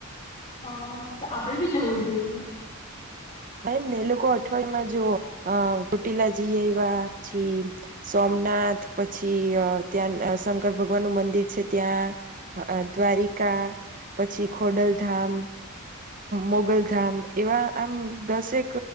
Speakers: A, on the left; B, on the right.
A: હા, તો આપડે ભી જવું જો ઈએ.
B: એ જ ને એ લોકો અઠવાડિયા માં જોવો ઓટિલા જઈ આવ્યા પછી સોમનાથ પછી ત્યાં શંકર ભગવાન નું મંદિર છે ત્યાં દ્વારિકા પછી ખોડલધામ, મોગલ ધામ એવા આમ દસ એક